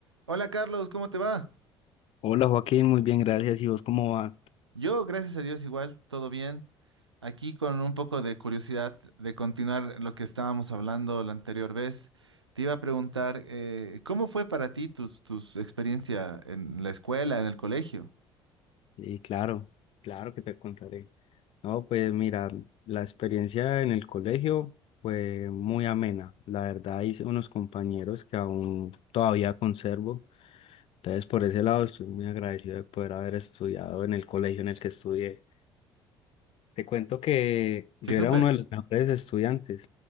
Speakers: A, on the right (about 85°); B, on the left (about 45°).
A: Hola Carlos, ¿cómo te va?
B: Hola Joaquín, muy bien, gracias. ¿Y vos cómo va?
A: Yo, gracias a Dios, igual, todo bien. Aquí con un poco de curiosidad de continuar lo que estábamos hablando la anterior vez. Te iba a preguntar, eh, ¿cómo fue para ti tus, tus experiencia en la escuela, en el colegio?
B: Sí, claro, claro que te contaré. No, pues mira, la experiencia en el colegio fue muy amena. La verdad hice unos compañeros que aún todavía conservo. Entonces por ese lado estoy muy agradecido de poder haber estudiado en el colegio en el que estudié. Te cuento que yo
A: ¡Qué súper!
B: era uno de los mejores estudiantes.